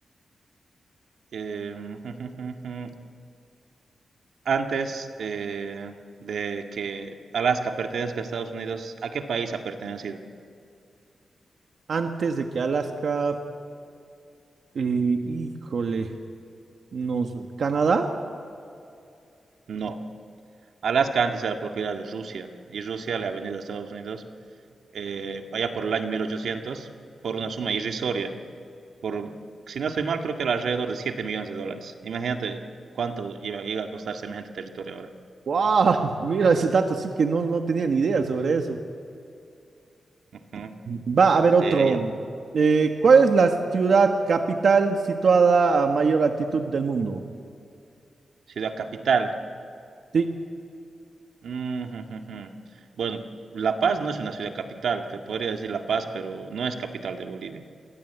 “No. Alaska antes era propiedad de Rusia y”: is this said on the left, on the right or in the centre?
Right